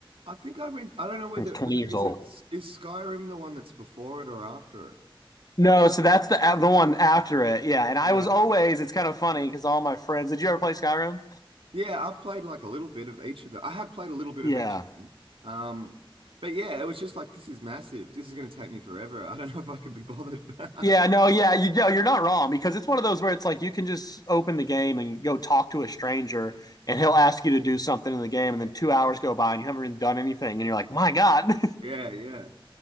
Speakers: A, on the right; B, on the left.
A: I think I went. I don't know whether
B: It's 20
A: was it,
B: years
A: is
B: old.
A: it is Skyrim the one that's before it or after it?
B: No, so that's the the one after it. Yeah, and I
A: Yeah,
B: was always. It's kind of funny because all my friends. Did you ever play Skyrim?
A: yeah. I've played like a little bit of each of them. I have played a little bit
B: Yeah.
A: of each of them. Um, but yeah, it was just like this is massive. This is going to take me forever. I don't know if I can be bothered. <laughs>
B: Yeah, no, yeah, you know you're not wrong because it's one of those where it's like you can just open the game and go talk to a stranger and he'll ask you to do something in the game and then two hours go by and you haven't even done anything and you're like, My God.
A: Yeah, yeah.